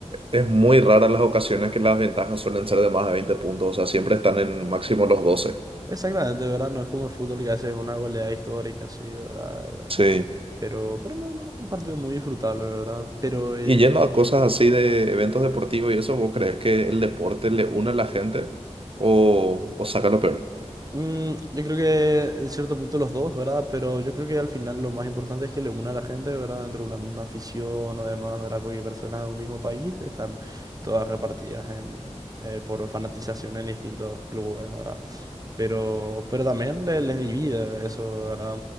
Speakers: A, on the right; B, on the right.
A: es muy rara las ocasiones que las ventajas suelen ser de más de 20 puntos, o sea, siempre están en máximo los 12.
B: Exactamente, ¿verdad? No es como el fútbol que hace una goleada histórica, sí, ¿verdad?
A: Sí.
B: Pero, pero no, no, no, un partido muy disfrutable, ¿verdad? Pero eh,
A: Y yendo a cosas así de eventos deportivos y eso, ¿vos crees que el deporte le une a la gente o, o saca lo peor?
B: mm, yo creo que en cierto punto los dos, ¿verdad? Pero yo creo que al final lo más importante es que le una a la gente, ¿verdad? Dentro de una misma afición o demás, ¿verdad? Porque personas de un mismo país están todas repartidas en, eh, por fanatización en distintos clubes, ¿verdad? Pero, pero también le- les divide eso, ¿verdad?